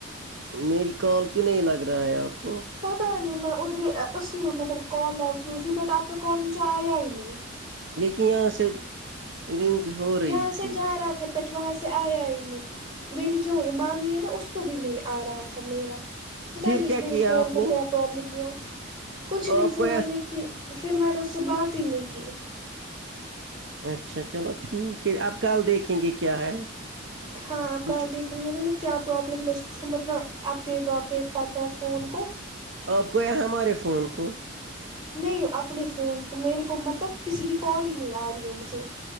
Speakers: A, on the right; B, on the right.
A: میری کال کیوں نہیں لگ رہا ہے آپ کو
B: پتا ہی نہیں میں ادھر اسی مطلب کال لگ سئی تھی بٹ آپ کا کال مجھے آیا ہی نہیں
A: لیکن یہاں سے رننک ہو رہی
B: یہاں
A: تھھی
B: سے جا رہا تھا بٹ وہاں سے آیا ہی نہیں میری جو مانی ہے نا اس کو بھی نہیں آ رہا تھا میرا پتا
A: پھر
B: نہیں اس
A: کیا
B: میرے
A: کیا
B: فون
A: آپ
B: کو
A: نے
B: کیا پرابلم ہوا کچھ نہیں
A: آپ
B: پھر
A: کو یہ-
B: ہم نے کی پھر میں نے اس سے بات ہی نہیں کی
A: اچھا چلو ٹھیک ہے آپ کل دیکھیں گے کیا ہے
B: ہاں آپ
A: کچھ
B: کا د س گ میں کیا پرابلم میںھ متنا اپڈیٹ واپڈیٹ کرنا ہے فون کو
A: آپ کو یہاں ہمارے فون کو
B: نہیں اپنے فون کو میرے کو مطلب کسی کی کال ہی نہیں آ رہی ہے مجھے